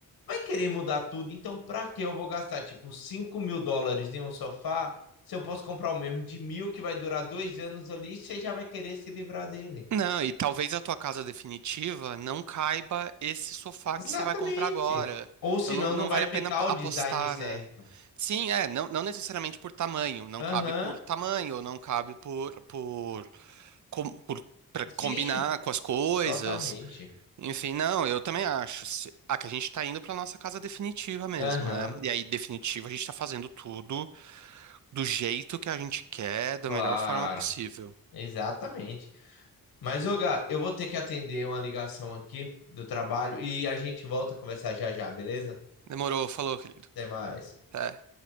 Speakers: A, on the left; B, on the right.
A: vai querer mudar tudo, então pra que eu vou gastar, tipo, cinco mil dólares em um sofá se eu posso comprar o mesmo de mil que vai durar dois anos ali e você já vai querer se livrar dele?
B: Não, e talvez a tua casa definitiva não caiba esse sofá
A: Exatamente.
B: que você vai comprar agora.
A: Ou senão
B: Então não, não
A: não vai
B: vale
A: ficar
B: a pena apo-
A: o
B: apostar,
A: design certo.
B: né? Sim, é, não, não necessariamente por tamanho, não
A: Aham,
B: cabe por tamanho, não cabe por, por com- por, para
A: sim,
B: combinar com as coisas.
A: totalmente.
B: Enfim, não, eu também acho. Se- Ah, que a gente tá indo pra nossa casa definitiva mesmo,
A: Aham,
B: né? E aí, definitiva, a gente tá fazendo tudo do jeito que a gente quer, da
A: claro,
B: melhor forma possível.
A: exatamente. Mas, ô Gá, eu vou ter que atender uma ligação aqui do trabalho e a gente volta a conversar já já, beleza?
B: Demorou, falou, querido.
A: Até mais.
B: Até.